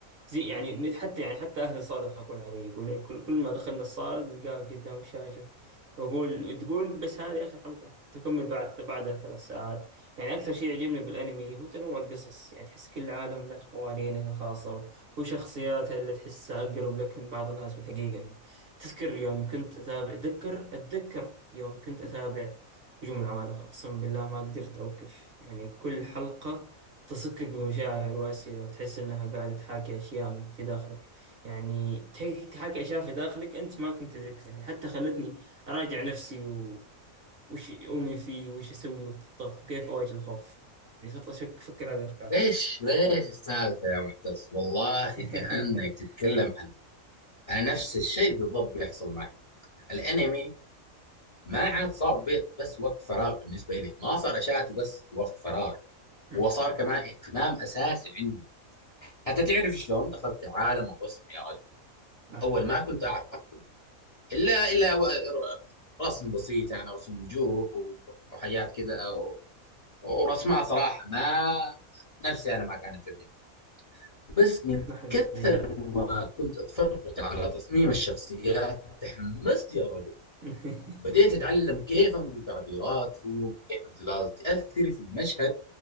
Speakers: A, on the right; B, on the left.
A: زي يعني مثل حتى يعني حتى أهلي صاروا يضحكون علي يقولون كل, كل ما دخلنا الصالة نلقاك قدام الشاشة وأقول تقول بس هذه آخر حلقة تكمل بعد بعدها ثلاث ساعات يعني أكثر شيء يعجبني بالأنمي هو تنوع القصص يعني تحس كل عالم له قوانينه الخاصة وشخصياتها اللي تحسها أقرب لك من بعض الناس بالحقيقة تذكر يوم كنت أتابع أتذكر أتذكر يوم كنت أتابع هجوم العمالقة أقسم بالله ما قدرت أوقف يعني كل حلقة تصكك بمشاعر وأسئلة وتحس إنها قاعدة تحاكي أشياء في داخلك يعني تح- تحاكي أشياء في داخلك أنت ما كنت تدركها يعني حتى خلتني أراجع نفسي و... وش أؤمن فيه وش أسوي وقت الضغط وكيف أواجه الخوف يعني صرت أشك أفكر هذه الأفكار
B: ايش ايش السالفه يا معتز والله
A: <laughs>
B: كانك تتكلم عن انا نفس الشيء بالضبط بيحصل معي الانمي ما عاد صار بي- بس وقت فراغ بالنسبه لي ما صار اشاهده بس وقت فراغي
A: مم.
B: هو صار كمان اهتمام اساسي عندي حتى تعرف شلون دخلت عالم الرسم يا رجل
A: نح
B: اول ما كنت اعرف الا الا و- ر- رسم بسيط يعني رسم وجوه و- وحاجات كذا و- ورسمات صراحه ما نفسي انا ما كانت تعجبني بس من
A: نح الدجاج
B: كثر ما كنت أتفرج على تصميم الشخصيات تحمست يا رجل
A: <laughs>
B: بديت أتعلم كيف أنقل تعبيراتهم كيف الظلال تأثر في المشهد